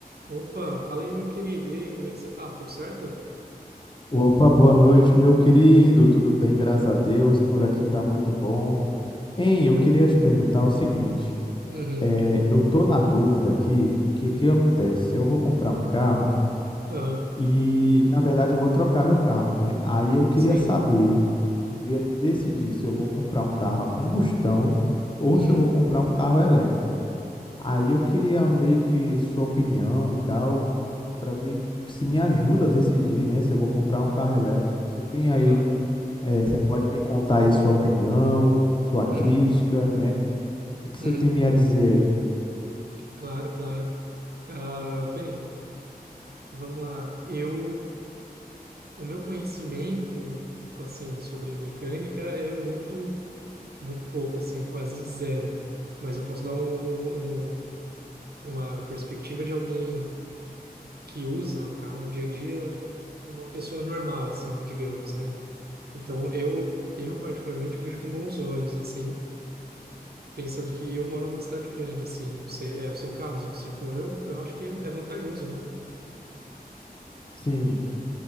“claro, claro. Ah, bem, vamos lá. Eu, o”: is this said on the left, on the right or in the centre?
Right